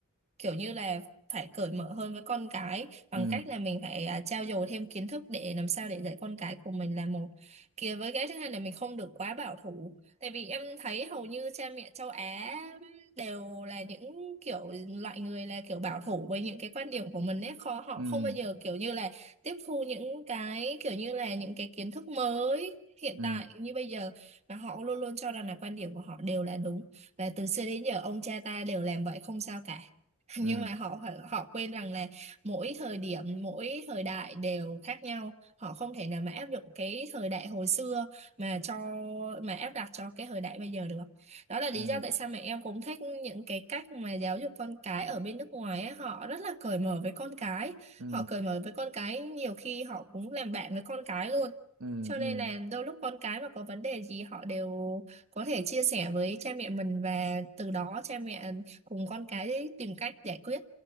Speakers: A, on the right; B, on the right.
A: kiểu như là phải cởi mở hơn với con cái bằng
B: ừ
A: cách là mình phải à, trau dồi thêm kiến thức để làm sao để dạy con cái của mình là một kia với cái thứ hai là mình không được quá bảo thủ Tại vì em thấy hầu như cha mẹ châu Á đều là những kiểu loại người là kiểu bảo thủ với những cái quan điểm của mình ấy, khó họ
B: ừ
A: không bao giờ kiểu như là tiếp thu những cái kiểu như là những cái kiến thức mới hiện
B: ừ
A: tại như bây giờ mà họ luôn luôn cho rằng là quan điểm của họ đều là đúng và từ xưa đến giờ ông cha ta đều làm vậy không sao cả. <laughs> Nhưng
B: ừ
A: mà họ họ quên rằng là mỗi thời điểm, mỗi thời đại đều khác nhau, họ không thể nào mà áp dụng cái thời đại hồi xưa mà cho mà áp đặt cho cái thời đại bây giờ được đó là lý
B: ừ
A: do tại sao mà em cũng thích những cái cách mà giáo dục con cái ở bên nước ngoài ấy, họ rất là cởi mở với con cái
B: ừ
A: họ cởi mở với con cái nhiều khi họ cũng làm bạn với con cái luôn
B: ừ
A: cho
B: ừ
A: nên là đôi lúc con cái mà có vấn đề gì họ đều có thể chia sẻ với cha mẹ mình và từ đó cha mẹ cùng con cái tìm cách giải quyết